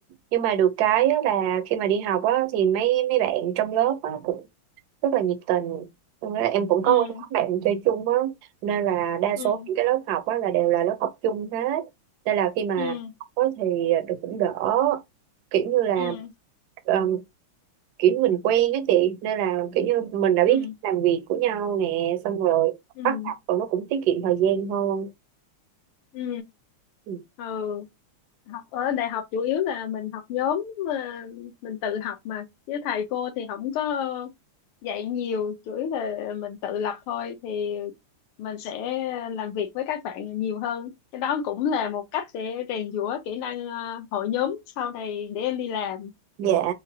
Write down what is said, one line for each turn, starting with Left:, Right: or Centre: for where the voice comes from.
Right: nhưng mà được cái á là khi mà đi học á thì mấy mấy bạn trong lớp á cũng rất là nhiệt tình Nên là em cũng có
Left: ừ
Right: một nhóm bạn chơi chung á nên là đa
Left: ừ
Right: số những cái lớp học á là đều là lớp học chung hết nên là khi mà
Left: ừ
Right: học á thì được cũng đỡ kiểu như là
Left: ừ
Right: um, kiểu mình quen á chị nên là kiểu như mình đã biết
Left: ừ
Right: làm việc của nhau nè xong rồi
Left: ừ
Right: bắt học rồi nó cũng tiết kiệm thời gian hơn
Left: ừ
Right: Ừ.
Left: ừ ừ. học ở đại học chủ yếu là mình học nhóm ờ, mình tự học mà với thầy cô thì không có dạy nhiều chủ yếu là mình tự lập thôi thì mình sẽ làm việc với các bạn nhiều hơn cái đó cũng là một cách để rèn giũa kỹ năng ờ, hội nhóm sau này để em đi làm
Right: Dạ,